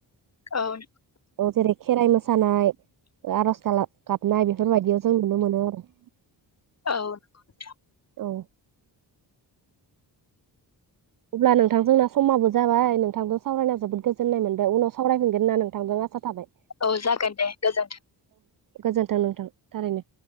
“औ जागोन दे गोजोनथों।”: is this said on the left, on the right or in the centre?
Left